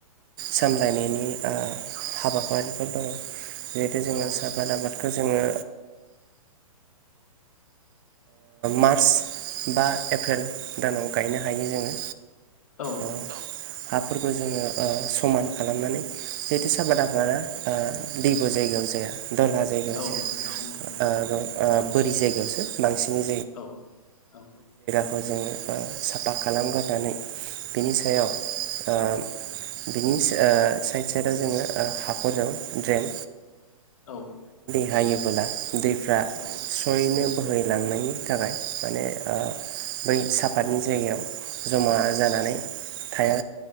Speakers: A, on the right; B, on the left.
A: सामलायनायनि हाबाफारिफोर दङ। जिहेथु जोङो
B: औ
A: साहाफाद आबादखौ जोङो मार्च बा एप्रिल दानाव गायनो हायो जोङो।
B: औ औ।
A: ओ हाफोरखौ जोङो समान खालामनानै जिहेतु साबाद
B: औ
A: आबादा ओ दैब' जायगायाव जाया दहहा जायगायाव
B: औ
A: जाया
B: नंगौ नोंथां औ नंगौ
A: बोरि जायगायावसो बांसिनै
B: औ औ
A: खौ जोङो साफा खालामग्रोनानै बिनि सायाव ओ बिनि साइद साइदाव जोङो हाखरजों ड्रेन
B: औ
A: बाहायोबोला दैफ्रा
B: औ
A: स्रयैनो बोहैलांनायनि थाखाय माने बै साफातनि जायगायाव जमा जानानै थाया